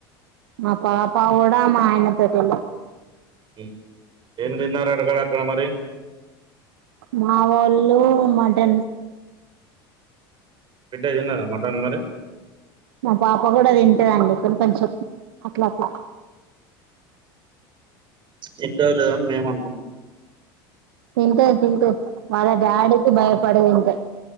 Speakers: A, on the right; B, on the right.
A: మా పాపా ఉడా మా ఆయన తోటేలి
B: ఈ ఏందిన్నది అడగరార్ క్కడ మరి
A: మా వొళ్ళు మటన్
B: బిడ్డ దీన్నదా మటన్ మరి
A: మా పాప కూడా తింటదండి కొ కొంచెం అట్లా అట్లా
B: తింటో లేదో అని మేము
A: తింటది తింటే వాళ్ళ డాడీ కి బయ బడి పోకుంటే